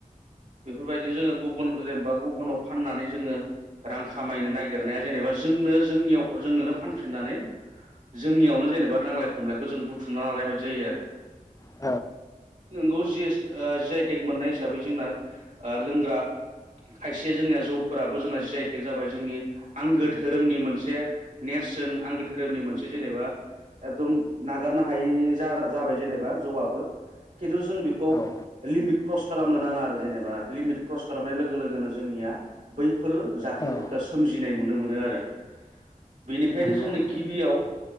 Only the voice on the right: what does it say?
बेफोरबायदिनो जोङो गुब गुबुन जेनेबा गुबुनाव फाननानै जोङो रां खामायनो नागिरनाया जेनेबा जोंनो जोंनियाव जोंनोनो फानफिननानै जोंनियावनो जेनेबा नांलाय खमलायखौ जों बुथुमना लानाय बायदि जायो आरो
नोंगौ जि जिआइटेक मोननाय हिसाबै जोंना लोंग्रा खायसे जोंनिया जौफोराबो जोंना जिआइटेक जाबाय जोंनि आंगो धोरोमनि मोनसे नेरसोन आंगो धोरोमनि मोनसे जेनेबा एकदम नागारनो हायि जाबाय जेनेबा जौआबो खिन्थु जों बेखौ
लिमिट क्रस खालामनो नाङा आरो जेनेबा लिमिट क्रस खालामनाय लोगो लोगोनो जोंनिया बैफोर जाथायफोरखौ
सोमजिनाय नुनो मोनो आरो बेनिखायनो
जोंनो गिबियाव